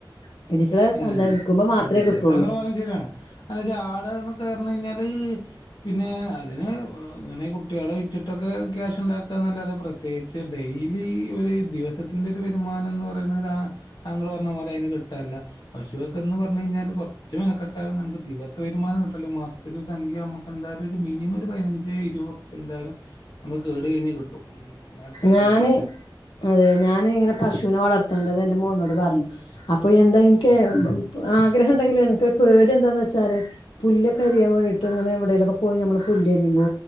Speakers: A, on the left; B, on the left.
A: <unintelligible>
B: ഇല്ല ഇല്ല. അതെ അതെ
A: കിട്ടുള്ളൂ
B: താങ്കൾ പറഞ്ഞ ശരിയാണ് അതന്നച്ചാ ആട് എന്നൊക്കെ പറഞ്ഞ് കഴിഞ്ഞാല് പിന്നെ അതിന് ഇങ്ങനെ കുട്ടികളെ വിറ്റിട്ടൊക്കെ ക്യാഷ്ണ്ടാക്ക എന്നല്ലാതെ പ്രത്യേകിച്ച് ഡെയിലി ഒ ര് ദിവസത്തിന്റെ ഒരു വരുമാനംന്ന് പറയണതാ താങ്കൾ പറഞ്ഞ പോലെ അതിന് കിട്ടാല്ല. പശുവൊക്ക എന്ന് പറഞ്ഞ് കഴിഞ്ഞാല് കൊറച്ച് മെനക്കെട്ടാൽ നമുക്ക് ദിവസ വരുമാനം കിട്ടല്ലോ മാസത്തിലൊരു സംഖ്യ നമക്കെന്താ എന്തായാലും ഒരു മിനിമം ഒരു പതിനഞ്ച് ഇരുപതുർപ്യ എന്തായാലും നമക്ക് കേടു കഴിഞ്ഞാൽ കിട്ടും. ഉം മെനക്കെട്ട്
A: ഞാന്
B: കഴിഞ്ഞാല്.
A: അതെ ഞാന് ഇങ്ങനെ പശുവിനെ വളർത്തേണ്ടത് എന്റെ മോനോട് പറഞ്ഞു. അപ്പൊ എന്താ എനിക്ക് ആഗ്രഹം ഉണ്ടെങ്കിലു എനിക്കൊരു പേടി എന്താന്ന് വെച്ചാല് പുല്ല് ക്കരിയാൻ വേണ്ടിട്ടങ്ങനെവിടേലൊക്കെ പോയി നമ്മള് പുല്ലരിയുമ്പോ